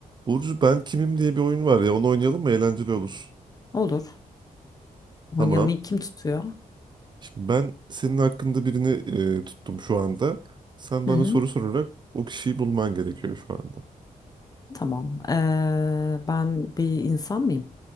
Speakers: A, on the right; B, on the left.
A: Burcu ben kimim diye bir oyun var ya onu oynayalım mı eğlenceli olur.
B: Olur.
A: Tamam.
B: Oynayalım. İlk kim tutuyor?
A: Şimdi ben senin hakkında birini e, tuttum şu anda. Sen bana
B: Hı hı.
A: soru sorarak o kişiyi bulman gerekiyor şu anda.
B: Tamam. Ee, ben bir insan mıyım?